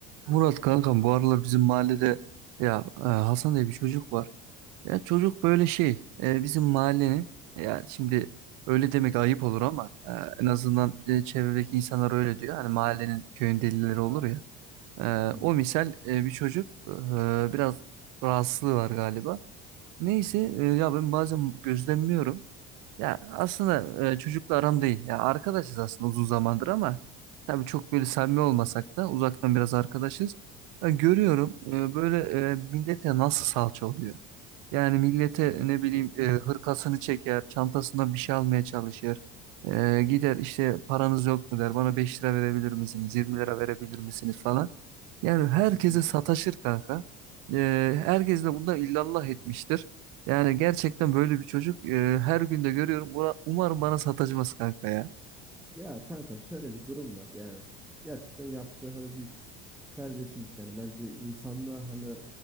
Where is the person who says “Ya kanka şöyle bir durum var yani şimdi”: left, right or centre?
Centre